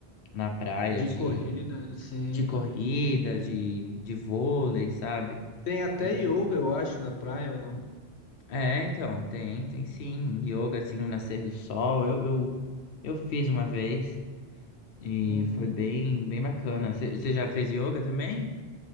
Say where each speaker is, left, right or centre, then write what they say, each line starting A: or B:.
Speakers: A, on the left; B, on the left.
A: na praia,
B: de
A: de
B: corrida, sim.
A: de corrida, de, de vôlei, sabe?
B: Tem até
A: Coisas
B: yoga,
A: assim.
B: eu acho, na praia ou não?
A: É, então, tem, tem sim. Yoga, assim, no nascer do sol. Eu, eu, eu fiz uma vez e
B: Uhum.
A: foi bem, bem bacana. Você já fez yoga também?